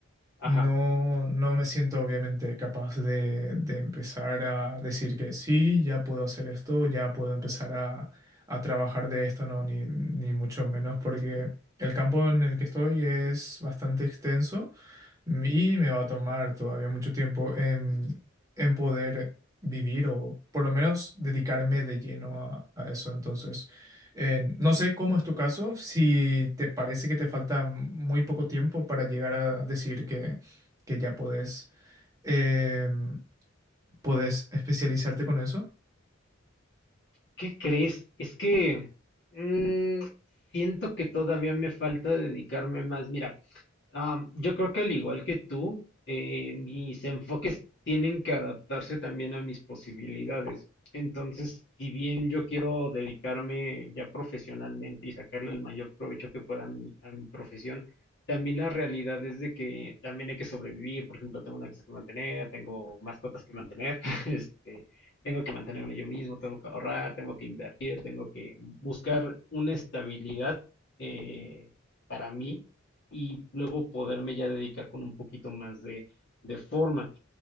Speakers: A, on the left; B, on the right.
A: ajá.
B: No, no me siento obviamente capaz de, de empezar a decir que sí, ya puedo hacer esto, ya puedo empezar a, a trabajar de esto, no, ni, ni mucho menos, porque el campo en el que estoy es bastante extenso y me va a tomar todavía mucho tiempo en, en poder vivir o por lo menos dedicarme de lleno a, a eso. Entonces, eh, no sé cómo es tu caso, si te parece que te falta muy poco tiempo para llegar a decir que, que ya podés. em, ¿Podés especializarte con eso?
A: ¿Qué crees? Es que mm, siento que todavía me falta dedicarme más. Mira, Am, yo creo que al igual que tú, eh, mis enfoques tienen que adaptarse también a mis posibilidades. Entonces, si bien yo quiero dedicarme ya profesionalmente y sacarle el mayor provecho que pueda a mi, a mi profesión, también la realidad es de que también hay que sobrevivir. Por ejemplo, tengo una casa que mantener, tengo mascotas que mantener, <laughs> este, tengo que mantenerme yo mismo, tengo que ahorrar, tengo que invertir, tengo que buscar una estabilidad eh, para mí y luego poderme ya dedicar con un poquito más de, de forma.